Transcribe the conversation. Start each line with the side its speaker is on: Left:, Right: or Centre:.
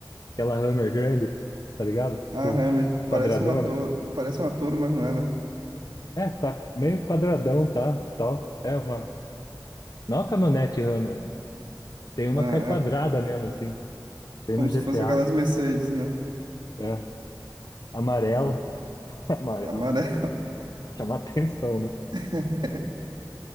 Left: Aquela Hammer grande, tá ligado? Tipo,
Right: Ah, realmente, parece
Left: quadradona.
Right: uma Toro. Parece uma Toro, mas não é, né?
Left: É, qua- meio quadradão, tá? Tal. É uma Não a caminhonete Hammer. Tem
Right: Ah,
Left: uma que é quadrada
Right: é
Left: mesmo, assim. Tem
Right: como
Left: no GTA.
Right: se fosse aquelas Mercedes, né?
Left: É. Amarela.
Right: Eu,
Left: <laughs> Amarela.
Right: amarela.
Left: Chamar atenção, né?
Right: <laughs>